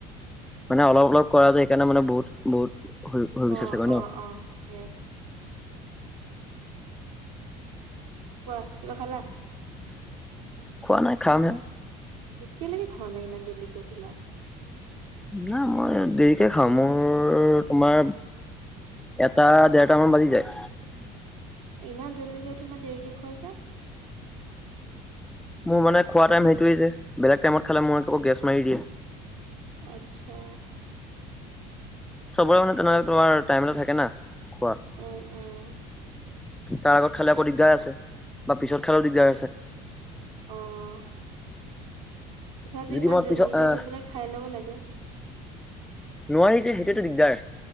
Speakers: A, in the centre; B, on the right (about 80°).
A: মানে অলপ- অলপ কৰাযে সেইকাৰণে মানে বহুত- বহুত হৈ- হৈ গৈছে
B: অ',
A: চাগে ন
B: অ',
A: '?
B: অ', য়েছ কোৱা কিবা খালা?
A: খোৱা নাই খামহে।
B: এতিয়ালৈকে খোৱা নাই ইমান জল্দিকে উঠিলা।
A: নাই মই দেৰিকে খাওঁ মোৰ, তোমাৰ এটা, দেৰটামান বাজি যায়।
B: ইমান জল্দিকে উঠি ইমান দেৰিকে খোৱা যে
A: মোৰ মানে খোৱা টাইম সেইটোৱেই যে বেলেগ টাইমত খালে মোক <unintelligible> গেছ মাৰি দিয়ে।
B: আচ্ছা।
A: চবৰে মানে তেনেকে তোমাৰ টাইম এটা থাকে না খোৱা।
B: উম, উম,
A: তাৰ আগত খালে আকৌ দিগ্দাৰ আছে বা পিছত খালেও দিগদাৰ আছে।
B: অ', তথাপি
A: যদি
B: ইমান
A: মই
B: জল্দিকে
A: পিছত আহ
B: উঠি পেলাই খাই ল'ব লাগে।
A: নোৱাৰি যে সেইটোৱেতো দিগদাৰ